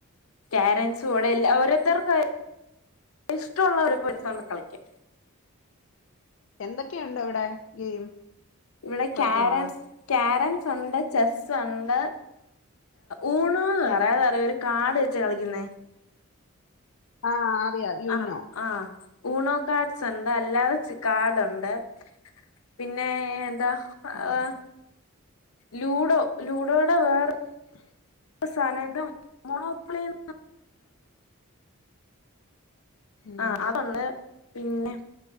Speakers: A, on the left; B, on the left.
A: ക്യാരംസ്ഇവടെ ഇല്ല ഓരോരത്തർക്കും ഇഷ്ടമുള്ള ഓടിപോയി എടു ത്തോണ്ട് കളിക്കാം
B: എന്തൊക്കെയുണ്ട് അവിടെ ഗെയിം
A: ഇവിടെ
B: കളിക്കാനുള്ള
A: ക്യാരംസ് ക്യാരംസ് ഉണ്ട് ചെസ്സ് ഉണ്ട് ഊണോന്ന് പറയും അതറയോ ഒരു കാട് വെച്ച് കളിക്കുന്നേ
B: ആഹ് അറിയാം യൂനോ
A: ആഹ് ആഹ് യുണോ കാർഡ്സ് ഉണ്ട് അല്ലാതെ കാർഡ് ഉണ്ട് പിന്നെ എന്താ ആഹ്
B: ഉം
A: ലൂഡോ ലൂഡോടെ വേറെ
B: <inaudible>
A: വേറെന്തോ സാനം എന്തോ മോണോപ്ലെയിൻ
B: ഉം
A: ആഹ് അതൊണ്ട് പിന്നെ